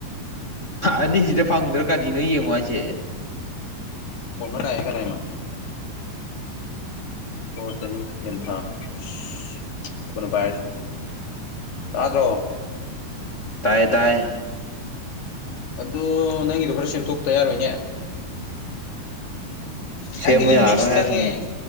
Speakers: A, on the left; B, on the left.
A: ꯑꯅꯤꯁꯤꯗ ꯐꯪꯗ꯭ꯔꯥ ꯀꯗꯤꯅꯣ ꯌꯦꯡꯉꯣ ꯍꯥꯏꯁꯦ
B: <unintelligible> ꯅꯣ <unintelligible> ꯇꯦꯟ ꯊꯥ <unintelligible> ꯇꯥꯗ꯭ꯔꯣ
A: ꯇꯥꯏꯌꯦ ꯇꯥꯏ
B: ꯑꯗꯣ ꯅꯪꯒꯤꯗꯣ ꯈꯔ ꯁꯦꯝꯗꯣꯛꯇ ꯌꯥꯔꯣꯏꯅꯦ ꯅꯪꯒꯤꯗꯤ
A: ꯁꯦꯝꯕ ꯌꯥꯔꯣꯏ
B: ꯃꯤꯛ꯭ꯁꯇ
A: ꯍꯥꯏꯔꯤꯅꯦ
B: ꯆꯪꯉꯦ